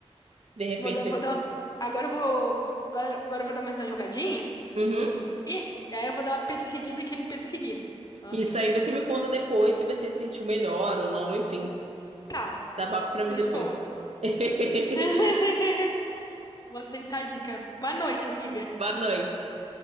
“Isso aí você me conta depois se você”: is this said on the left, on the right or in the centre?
Right